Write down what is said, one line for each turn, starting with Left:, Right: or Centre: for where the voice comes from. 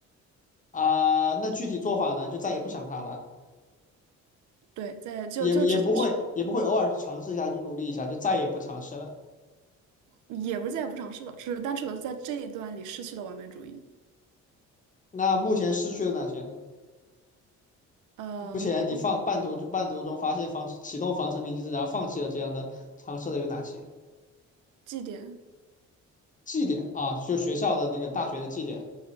Left: 啊、那具体做法呢，就再也不想它了，
Right: 对，在就就直接是
Left: 也也不会也不会偶尔去尝试一下，去努力一下，就再也不尝试了。
Right: 也不是再也不尝试了，只是单纯的在这一段里失去了完美主义。
Left: 那目前失去的哪些呢？
Right: 呃，
Left: 目前你放半途就半途中发现防启动防沉迷机制，
Right: 我
Left: 然后放弃了这样的尝试的有哪些？
Right: 绩点，
Left: 绩点啊，就学校的那个大学的绩点，